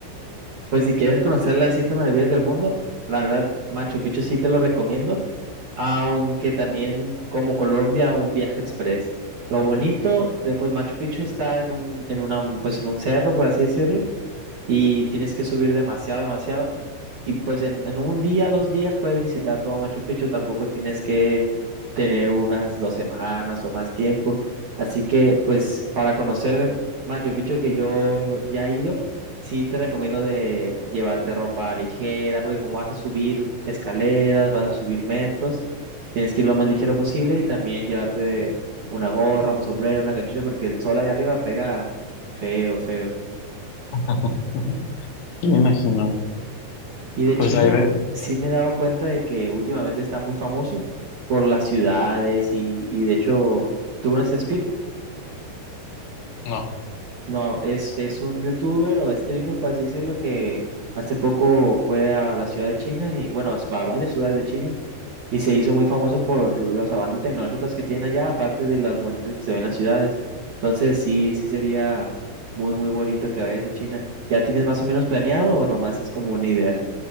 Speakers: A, on the right; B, on the left.
A: Pues si quieres conocer las siete maravillas del mundo, la verdad, Machu Picchu sí te lo recomiendo, aunque también como Colombia, un viaje express. Lo bonito de pues Machu Picchu está en un, en una, pues en un cerro, por así decirlo y tienes que subir demasiado, demasiado. Y pues en, en un día, dos días puedes visitar todo Machu Picchu, tampoco tienes que tener unas dos semanas o más tiempo. Así que pues para conocer Machu Picchu que yo ya he ido, sí te recomiendo de llevarte ropa ligera, porque como vas a subir escaleras, vas a subir metros, tienes que ir lo más ligero posible y también llevarte una gorra, un sombrero, una cachucha, porque el sol allá arriba pega feo, feo.
B: <laughs> Y me imagino,
A: Y de
B: pues
A: China
B: ahí ve,
A: sí me he dado cuenta de que últimamente está muy famoso por las ciudades y, y de hecho, ¿tú conoces Speed?
B: no,
A: No, es, es un youtuber o streamer, por así decirlo, que hace poco fue a la ciudad de China y bueno, a varias ciudades de China y se hizo muy famoso por los avances tecnológicos que tienen allá, aparte de las bonitas que se ven en las ciudades. Entonces sí, sí sería muy, muy bonito que vayas a China. ¿Ya tienes más o menos planeado o nomás es como una idea?